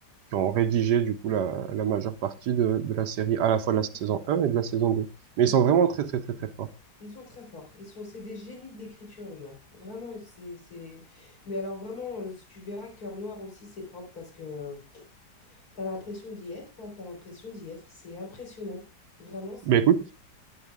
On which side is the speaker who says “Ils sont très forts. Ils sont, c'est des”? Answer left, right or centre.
Left